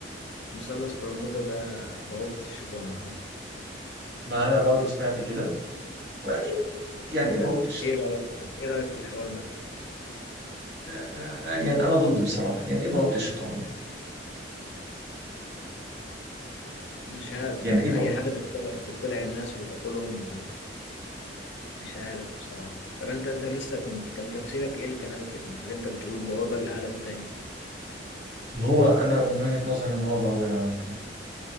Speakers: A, on the left; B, on the right.
A: مثلث برمودا ده بوابة الشيطان عامة
B: ما انا برضو سمعت كده ولكن يعني
A: انت
B: ايه بوابة الشيطان؟
A: ايه رأيك ايه رأيك في الحوار ده
B: آه، يعني انا ضده بصراحة يعني ايه بوابة الشيطان يعني؟
A: مش عارف
B: يعني
A: يعني
B: ايه بوابة
A: اي حاجة تبتلع تبتلع الناس وتاكلهم و- ومش عارف بصراحة طب انت انت لسه كنت كان تفسيرك ايه لكلامك اللي انت بتقول بوابة لعالم تاني
B: هو انا من وجهة نظري ان هو بوابة لعالم تاني